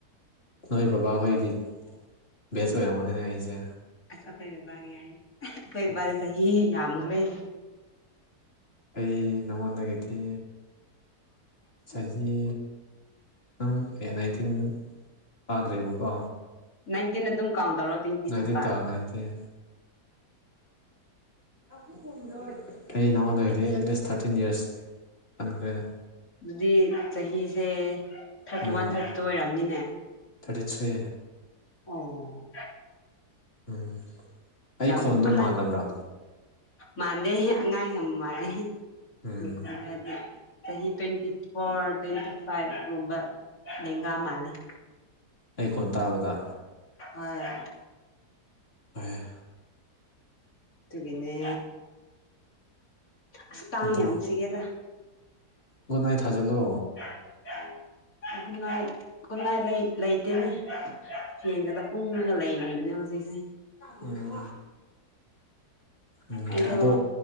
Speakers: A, on the left; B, on the left.
A: ꯅꯣꯏ ꯕꯕꯥꯍꯣꯏꯒꯤ ꯕꯦꯁ ꯑꯣꯏꯔꯝꯒꯅꯤꯅꯦ ꯑꯩꯁꯦ꯫
B: ꯑꯁ ꯑꯩꯈꯣꯏ ꯕꯕꯥꯒꯤ ꯍꯥꯏ ꯑꯈꯣꯏ
A: ꯎꯝ
B: ꯕꯕꯥꯗꯤ ꯆꯥꯍꯤ ꯌꯥꯝꯈ꯭ꯔꯦ꯫
A: ꯑꯩ ꯅꯉꯣꯟꯗꯒꯤ ꯊꯤ ꯆꯍꯤ ꯅꯪ ꯑꯦ ꯅꯥꯏꯟꯇꯤꯟ ꯐꯥꯗ꯭ꯔꯤꯕꯀꯣ꯫
B: ꯅꯥꯏꯟꯇꯤꯟ ꯑꯗꯨꯝ ꯀꯥꯎꯟꯗꯧꯔꯣ ꯇ꯭ꯋꯦꯟꯇꯤ
A: ꯅꯥꯏꯟꯇꯤꯟ
B: ꯑꯗꯨꯝ ꯄꯥꯔꯣ꯫
A: ꯇꯥ ꯅꯥꯏꯟꯇꯤꯟ <inaudible> ꯑꯩ ꯅꯉꯣꯟꯗꯩꯗꯤ ꯑꯦꯠ ꯂꯤꯁ ꯊꯥꯔꯇꯤꯟ ꯏꯌꯥꯔꯁ ꯍꯟꯈ꯭ꯔꯦꯅꯦ꯫
B: ꯑꯗꯨꯗꯤ ꯆꯍꯤꯁꯦ ꯊꯥꯔꯇꯤ
A: ꯎꯝ
B: ꯋꯥꯟ ꯊꯥꯔꯇꯤꯗ ꯑꯣꯏꯔꯝꯅꯤꯅꯦ꯫
A: Thirty three.
B: ꯑꯣ꯫
A: ꯎꯝ꯫ ꯑꯩ
B: ꯌꯥꯝ
A: ꯈꯣꯟꯗꯣ
B: ꯑꯍꯟ
A: ꯃꯥꯟꯗꯕ꯭ꯔꯥ
B: ꯃꯥꯟꯗꯦꯍꯦ ꯑꯉꯥꯡ ꯌꯥꯝ ꯃꯥꯥꯟꯂꯦꯍꯦ꯫
A: ꯎꯝ
B: ꯅꯤꯀꯨꯟ ꯍꯥꯏꯔꯗꯤ ꯆꯍꯤ ꯇ꯭ꯋꯦꯟꯇꯤ ꯐꯣꯔ ꯇ꯭ꯋꯦꯟꯇꯤ ꯐꯥꯏꯚ ꯑꯗꯨꯝꯕ ꯂꯦꯡꯒꯥ ꯃꯥꯜꯂꯦ꯫
A: ꯑꯩ ꯈꯣꯟ ꯇꯥꯕꯗ꯫
B: ꯑꫭꯏ꯫
A: ꯍꯣꯏ꯫
B: ꯑꯗꯨꯒꯤꯅꯦ ꯑꯁ ꯀꯥꯡ
A: ꯑꯗꯣ
B: ꯌꯥꯝ ꯆꯤꯛꯑꯦꯗ꯫
A: ꯒꯨꯗ ꯅꯥꯠ ꯊꯖꯂꯣ꯫
B: <unintelligible> ꯀꯨꯟꯅꯥꯏ ꯀꯨꯟꯅꯥꯏ ꯂꯩ ꯂꯩꯇꯦꯅꯦ꯫ <unintelligible> ꯐꯦꯟꯒꯗ ꯎꯪꯉꯥꯒ ꯂꯩꯔꯤꯕꯅꯦ ꯍꯧꯖꯤꯛꯁꯦ꯫
A: ꯎꯝ ꯎꯝ
B: ꯑꯩꯗꯣ
A: ꯑꯗꯣ